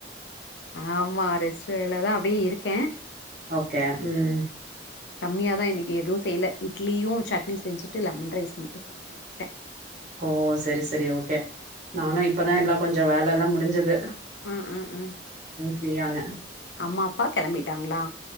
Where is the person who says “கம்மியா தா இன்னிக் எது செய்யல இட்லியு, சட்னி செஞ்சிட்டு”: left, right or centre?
Left